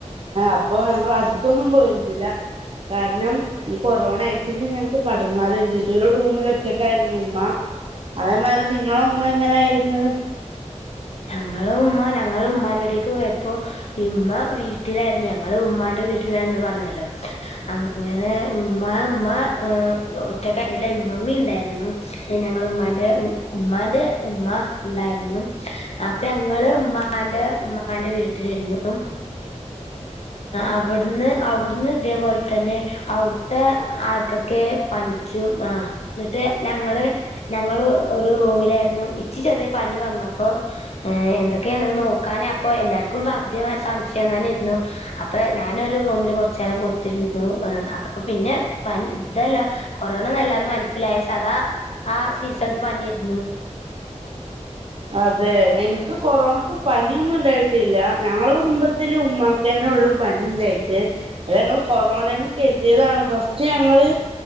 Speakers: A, on the right; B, on the left.
A: അപ്പൊ ഞങ്ങൾ അടുത്തൊന്നും പോയിരുന്നില്ല കാരണം ഈ കൊറോണ <unintelligible> ഞങ്ങക്ക് പടർന്നാലോ കരുതീട്ട് ഒരു റൂമിൽ ഒറ്റക്കായിരുന്നു ഉമ്മ, അതേമാരി നിങ്ങള ഉമ്മ എങ്ങനെ ആയിരുന്നു?
B: ഞങ്ങളെ ഉമ്മ ഞങ്ങള് ഉമ്മാനവിടേക്ക് പോയപ്പോ ഉമ്മ വീട്ടിലായിരുന്നു ഞങ്ങള് ഉമ്മാന്റെ വീട്ടിലായിരുന്ന് പറഞ്ഞല്ലോ അങ്ങനെ ഉമ് ഉമ്മ ഒറ്റക്കായിരുന്നീല ഉമ്മമ്മീ ഉണ്ടായിരുന്നു ഞങ്ങള് ഉമ്മാന്റെ ഉ ഉമ്മാന്റെ ഉമ്മ ഉണ്ടായിരുന്നു. അപ്പോ ഞങ്ങള് ഉമ്മാന്റെ ഉമ്മാന്റെ വീട്ടിലിരുന്നു അവിടുന്ന് അവിടുന്ന് ഇതേപോലെ തന്നെ അവിടുത്തെ ആർക്കൊക്കെ പനിച്ചും ആ എന്നിട്ട് ഞങ്ങള് ഞങ്ങള് ഒരു റൂമിലായിരുന്നു ഇച്ചി ചെറിയ പനി വന്നു. അപ്പോ ഏഹ് എന്തൊക്കെയാണ് നോക്കാന് അപ്പോ എല്ലാർക്കും <unintelligible> സംശയം തന്നെ ഇരുന്നു അപ്പോ ഞാനൊരു റൂമില് കുറച്ച നേരം കുത്തിരുന്നു അപ്പോ പിന്നെ പ ഇതല്ല കൊറോണ എന്നല്ലാന്ന് മനസ്സിലായി സാധാ ആ സീസൺ പനിയായിരുന്നു.
A: അതെ എനിക്ക് കൊറോണക്ക് പനിയൊന്നും ഉണ്ടായിട്ടില്ല ഞങ്ങളെ കുടുംബത്തിലെ ഉമ്മാക്ക് തന്നെ ഉള്ളു പനി ഉണ്ടായിട്ട് അത് ഞങ്ങൾ കൊറോണന്ന് കരുതിയതാണ് ഫസ്റ്റ് ഞങ്ങള്